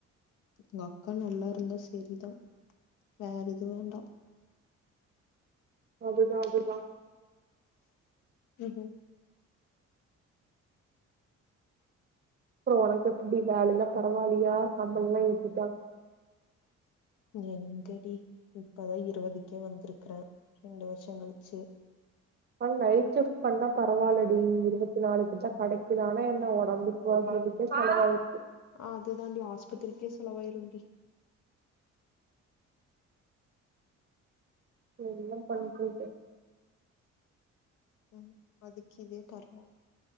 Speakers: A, on the left; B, on the right.
A: ஒங்க அக்கா நல்லா இருந்தா செரிதா வேற எது வேண்டா
B: அதுதா அதுதா
A: ஹூஹு
B: அப்புறொ உனக்கு எப்படி வேல எல்லா பரவாலியா சம்பள எல்லா ஏத்தி
A: எங்கடி இப்பதா இருவதுக்கே வந்திருக்கறே ரெண்டு வருஷங் கழிச்சு
B: அன் நைட் ஷிஃப்ட் பண்ணா பரவாலடி இருவத்தி நாலுக்கிட்ட கெடக்கிதா ஆனா என்ன ஒடம்புக்கு அது இதுக்கு செலவாவுது
A: அதுதான்டி ஆஸ்பத்திரிக்கே செலவாயிரும்டி
B: என்ன பண்றது
A: ஹூஹ் அதுக்கு இதே பரவால